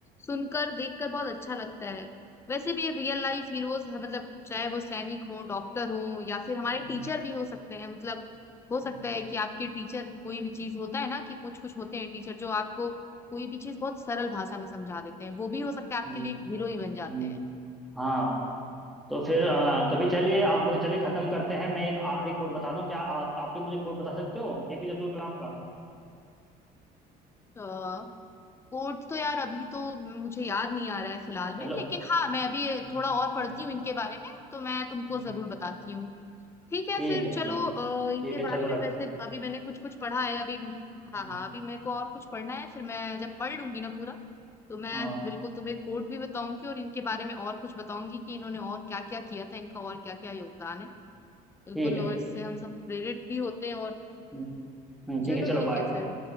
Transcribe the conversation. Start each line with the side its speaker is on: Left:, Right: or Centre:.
Left: सुनकर देखकर बहुत अच्छा लगता है वैसे भी रियल लाइफ हीरोज मतलब चाहे वो सैनिक हो डॉक्टर हो या फिर हमारे
Centre: हम्म,
Left: टीचर भी हो सकते हैं मतलब हो
Centre: हम्म,
Left: सकता है कि आपके टीचर कोई भी चीज होता है ना कि कुछ कुछ होते हैं टीचर जो आपको कोई भी चीज बहुत सरल भाषा में समझा देते हैं वो भी हो सकता है आपके
Centre: हम्म,
Left: लिए एक हीरो ही बन जाते
Centre: हम्म,
Left: हैं
Centre: हाँ तो फिर अ, तो फिर चलिए अब चलिए खत्म करते हैं मैं एक आखिरी कोट बता दूं क्या आप आपके मुझे कोट बता सकते हो एपीजे अब्दुल कलाम का
Left: तो कोर्ट तो यार अभी तो मुझे याद नहीं आ रहा है फिलहाल
Centre: चलो
Left: में लेकिन हाँ मैं अभी
Centre: हम्म
Left: थोड़ा और
Centre: हम्म
Left: पढ़ती हूँ इनके बारे में तो मैं तुमको
Centre: हम्म,
Left: जरूर बताती हूँ ठीक है
Centre: ठीक
Left: फिर
Centre: है
Left: चलो
Centre: ठीक
Left: अ, इनके
Centre: ठीक है
Left: बारे
Centre: चलो
Left: में
Centre: रखते
Left: वैसे
Centre: हैं
Left: अभी मैंने कुछ कुछ पढ़ा है अभी हाँ
Centre: हम्म,
Left: हाँ अभी मेरे को और कुछ पढ़ना है फिर मैं जब पढ़ लूंगी ना पूरा तो मैं
Centre: हाँ
Left: बिल्कुल तुम्हें कोर्ट भी बताऊंगी और इनके बारे में और कुछ बताऊंगी कि इन्होंने और क्या क्या किया था इनका और क्या क्या योगदान है बिल्कुल
Centre: ठीक है
Left: और इससे हम सब प्रेरित भी होते हैं और
Centre: हम्म हम्म, ठीक
Left: चलो
Centre: है चलो
Left: ठीक
Centre: बाय
Left: है फिर